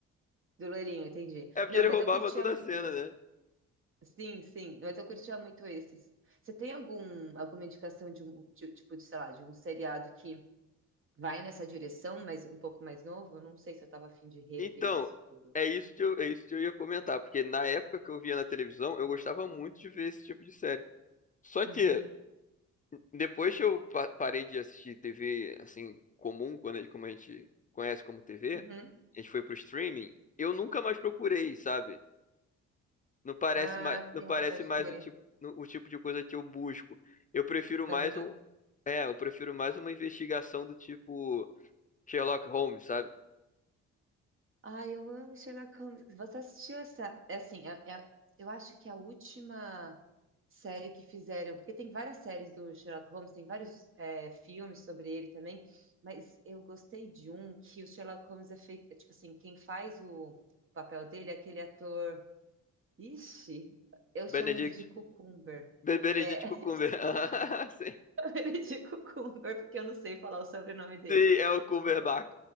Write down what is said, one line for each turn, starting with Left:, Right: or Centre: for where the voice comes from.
Right: Do loirinho, entendi.
Left: É porque
Right: Não,
Left: ele
Right: mas
Left: roubava
Right: eu curtia
Left: toda
Right: muito
Left: a cena,
Right: isso.
Left: né?
Right: Sim, sim, mas eu curtia muito esses. Você tem algum, alguma indicação de um, de- tipo, de, sei lá, de um seriado que vai nessa direção, mas um pouco mais novo? Eu Não sei se eu tava afim de rever
Left: Então,
Right: isso tudo.
Left: é isso que eu, é isso que eu ia comentar, porque na época que eu via na televisão, eu gostava muito de ver esse tipo de série. Só
Right: Uhum,
Left: que depois que eu pa- parei de assistir TV assim comum, quando a- como a gente conhece como TV,
Right: uhum.
Left: a gente foi pro streaming, eu nunca mais procurei, sabe? Não parece
Right: Ah,
Left: mais, não
Right: tem-
Left: parece
Right: pode
Left: mais
Right: crer.
Left: o tipo, no- o tipo de coisa que eu busco. Eu prefiro mais
Right: Aham.
Left: um, é, eu prefiro mais uma investigação do tipo Sherlock Holmes, sabe?
Right: Ai, eu amo Sherlock Holmes. Você assistiu essa? É assim, é- é- eu acho que é a última série que fizeram, porque tem várias séries do Sherlock Holmes, tem vários é, filmes sobre ele também, mas eu gostei de um que o Sherlock Holmes é feito, é tipo assim, quem faz o papel dele é aquele ator. Ixi, eu
Left: Benedict
Right: chamo ele de Cucumber.
Left: Beberedito
Right: É, <laughs>
Left: Cucumber.
Right: eu chamo
Left: <laughs> Sim,
Right: ele de Cucumber, porque eu não sei falar o sobrenome dele.
Left: Sim, é o Cumberbatch.
Right: Mas-